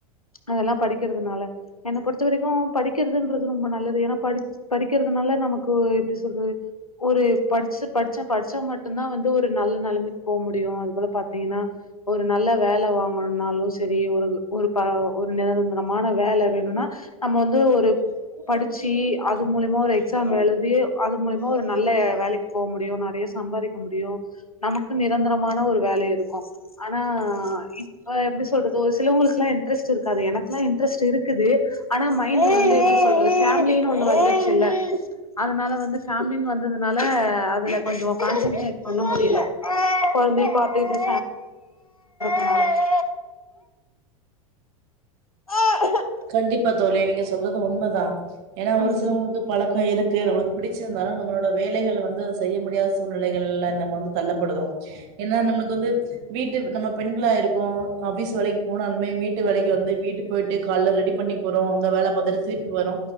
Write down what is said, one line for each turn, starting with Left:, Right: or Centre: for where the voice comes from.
Left: அதெல்லா படிக்குறதுனால என்ன பொறுத்த வரைக்கு படிக்குறதுன்றது ரொம்ப நல்லது ஏனா படி படிக்குறதுனால நமக்கு எப்டி சொல்றது ஒரு படிச்சு படிச்ச படிச்சா மட்டுந்தா வந்து ஒரு நல்ல நெலமைக்கு போ முடியு அது போல பாத்திங்கனா ஒரு நல்ல வேல வாங்கணுனாலு செரி ஒரு ஒரு ப ஒரு நிரந்தரமான வேல வேணுனா நம்ம வந்து ஒரு ச்சி அது மூலியமா ஒரு எக்ஸாம் எழுதி அது மூலியமா ஒரு நல்ல வேலைக்கு போ முடியு நெறைய சம்பாரிக் க முடியு நமக்கு நிரந்தரமான ஒரு வேலை இருக்கு ஆனா இப்ப எப்டி சொல்றது ஒரு சிலவங்களுக்கெலா இன்ட்ரெஸ்ட் இருக்காது எனக்கெலா இன்ட்ரெஸ்ட் இருக்குது ஆனா மைண்டு வந்து எப்டி சொல்றது ஃபேமிலினு ஒண்ண வந்துருச்சு இல்ல அதனால வந்து ஃபேமிலின்னு வந்ததுனால அதுல கொஞ்ச கான்சன்ட்ரேட் பண்ண முடில கொழந்தைய பாத்துக்கிட்டு <inaudible> <unintelligible>
Right: கண்டிப்பா தோழி நீங்க சொல்றது உண்மதா ஏனா
Left: ம்
Right: ஒரு சிலவங்களுக்கு பழக்க இருக்கு நம்மளுக்கு பிடிச்சிருந்தாலு நம்மளோட வேலைகள் வந்து அத செய்ய முடியாத சூழ்நிலைகள்ல நம்ம வந்து தள்ளப்படுதோ ஏன்னா நம்மளுக்கு வந்து வீட்டு நம்ம பெண்களா இருக்கோ ஆஃபிஸ் வேலைக்கு போனாலுமே வீட்டு வேலைக்கு வந்து வீட்டு போயிட்டு கால்ல ரெடி பண்ணி போறோ அங்க வேல பாத்துட்டு திருப்பி வரோ